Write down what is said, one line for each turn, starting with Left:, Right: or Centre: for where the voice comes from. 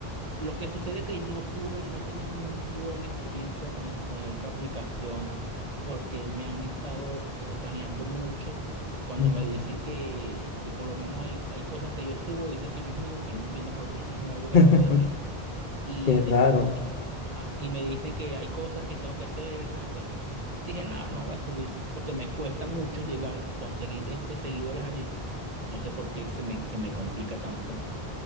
Right: Lo que sucede es que no tuve, no he tenido muy buena experiencia con, es- con esa aplicación porque me han estado eh, baneando mucho cuando
Left: Mm.
Right: me dicen que, que por lo menos hay, hay cosas que yo subo, dicen que no es mío, que no entiendo por qué <laughs> si es un algo grabado
Left: <laughs>
Right: de mí. Y
Left: Qué raro.
Right: después me dicen, ajá, y me dicen que hay cosas que tengo que hacer. Entonces dije, no, no voy a subir porque me cuesta mucho llegar a conseguir este, seguidores allí. No sé por qué se me, se me complica tanto.